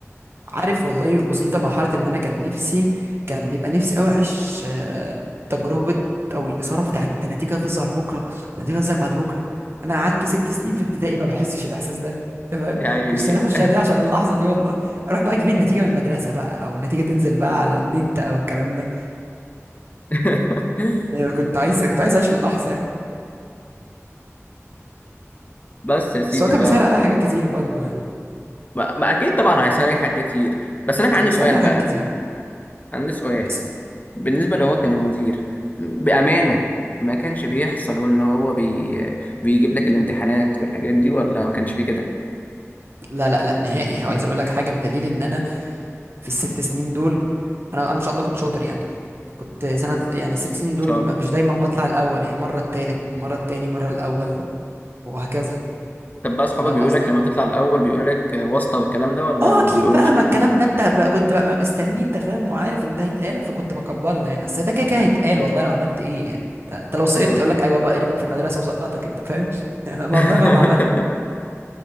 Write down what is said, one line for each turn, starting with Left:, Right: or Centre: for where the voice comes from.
Right: عارف والله وصلت لمرحلة إن أنا كان نفسي كان بيبقى نفسي أوي أعيش آه، تجربة أو الإثارة بتاعت ده النتيجة هتظهر بكرة ده النتيجة هتظهر بعد بكرة أنا قعدت ست سنين في ابتدائي ما بحسش الإحساس ده تمام
Left: يعني
Right: كنت سنة أخش إعدادي عشان اللحظة دي والله أروح بقى أجيب النتيجة من المدرسة بقى أو النتيجة تنزل بقى على النت أو الكلام ده
Left: <laughs>
Right: يعني كنت عايز كنت عايز أعيش اللحظة يعني
Left: بس يا سيدي
Right: بس هو كان
Left: ف
Right: مثال على حاجات كتير برضه يعني
Left: ما, ما اكيد طبعا هيسالك حاجات كتير بس انا كان
Right: كان
Left: عندي
Right: مثال
Left: سؤال
Right: على
Left: بقى
Right: حاجات كتير
Left: عندي سؤال
Right: بس-
Left: بالنسبه لو هو كان المدير بامانه ما كانش بيحصل وان هو بي... بيجيب لك الامتحانات والحاجات دي ولا ما كانش فيه كده ان
Right: لا لا لا نهائي عايز أقول لك حاجة بدليل إن أنا في الست سنين دول أنا أنا إن شاء الله كنت شاطر يعني كنت سنة يعني ست سنين دول
Left: شاء
Right: م-
Left: الله
Right: مش دايما بطلع الأول يعني مرة التالت مرة التاني مرة الأول وهكذا
Left: طب بقى اصحابك
Right: أنت فاهم
Left: بيقولوا
Right: قصدي؟
Left: لك لما تطلع الاول بيقولوا لك واسطه والكلام ده ولا
Right: اه
Left: ما
Right: اكيد
Left: بيقولولوش
Right: بقى
Left: كده
Right: ما الكلام ده انت بقى كنت بقى مستني انت فاهم وعارف ان ده هيتقال فكنت بكبر له يعني اصل ده كده كده هيتقال والله لو عملت ايه يعني انت أنت لو سقطت
Left: ايوه
Right: اقول
Left: اكيد
Right: لك ايوه بقى قريبك في المدرسه وسقطك انت فاهم <laughs>
Left: <laughs>
Right: والله مهما عملت